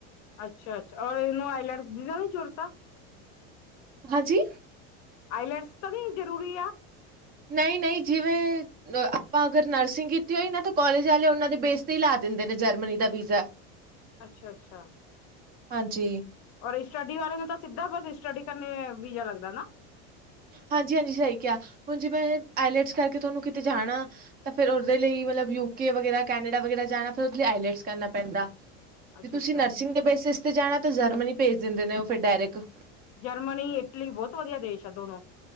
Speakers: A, on the left; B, on the right.
A: ਅੱਛਾ ਅੱਛਾ ਔਰ ਇਹਨੂੰ ਆਈਲਤਸ ਦੀ ਤਾਂ ਜਰੂਰਤ
B: ਹਾਂਜੀ
A: ਆਈਲੈਟਸ ਤਾਂ ਨੂੰ ਜ਼ਰੂਰੀ ਆ
B: ਨਹੀਂ ਨਹੀਂ ਜਿਵੇਂ ਆਪਾਂ ਅਗਰ ਨਰਸਿੰਗ ਕੀਤੀ ਹੋਈ ਨਾ ਤਾਂ ਕੋਲਜ ਵਾਲੇ ਉਹਨਾਂ ਦੇ ਬੇਸ ਲਾ ਦਿੰਦੇ ਨੇ ਜਰਮਨੀ ਦਾ ਵੀਜ਼ਾ
A: ਅੱਛਾ ਅੱਛਾ
B: ਹਾਂਜੀ
A: ਔਰ ਸਟੱਡੀ ਵਾਲੇ ਨੂੰ ਤਾਂ ਸਿੱਧ ਬਸ ਸਟੱਡੀ ਕਰਨ ਵੀਜ਼ਾ ਲੱਗਦਾ ਨਾ
B: ਹਾਂਜੀ ਹਾਂਜੀ ਸਹੀ ਕਿਹਾ ਹੁਣ ਜਿਵੇ ਆਈਲੈਟਸ ਕਰਕੇ ਤੁਹਾਨੂੰ ਕਿਤੇ ਜਾਣਾ ਤੇ ਫੇਰ ਉਹਦੇ ਲਈ ਮਤਲਬ ਯੂਕੇ ਵਗੈਰਾ ਕੈਨੇਡਾ ਵਗੈਰਾ ਜਾਣਾ ਫਿਰ ਉਹਦੇ ਆਲਟਸ ਕਰਨਾ ਪੈਂਦਾ
A: ਅੱਛਾ
B: ਜੇ ਤੁਸੀਂ
A: ਅੱਛਾ
B: ਨਰਸਿੰਗ ਦੇ ਬੇਸਿਸ ਤੇ ਜਾਣਾ ਤਾਂ ਜਰਮਨੀ ਭੇਜ ਦਿੰਦੇ ਨੇ ਉਹ ਫਿਰ ਡਾਇਰੈਕਟ
A: ਜਰਮਨੀ ਇਟਲੀ ਬਹੁਤ ਵਧੀਆ ਦੇਸ਼ ਆ ਦੋਨੋ